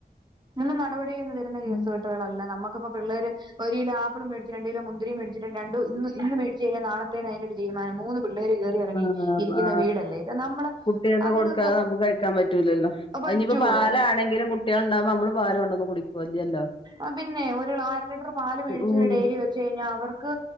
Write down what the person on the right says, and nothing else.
പ്പം നടപടിയിന്ന് വരുന്ന കേസുകെട്ടുകളല്ലാ
നമ്മക്ക്പ്പോ പിള്ളേര് ഒര് കിലോ ആപ്പളും മേടിച്ച് രണ്ട് കിലോ മുന്തിരിം മേടിച്ചിട്ട് രണ്ടു ഇന്നു ഇന്ന് മേടിച്ച്ഴ്ഞ്ഞാ നാളെത്തേന് അയ്ന്റെ ഒര് തീര്മാനം മൂന്ന് പിള്ളേര് എറങ്ങി
ഇരിക്കുന്ന
വീടല്ലേ ഇത് നമ്മള്
അതുങ്ങക്ക്
പറ്റുവോ
ആ പിന്നെ ഒര് നാര് ലിറ്റർ പാല് മേടിച്ച്
ഡൈലി വെച്ച് കയ്ഞ്ഞാ അവർക്ക്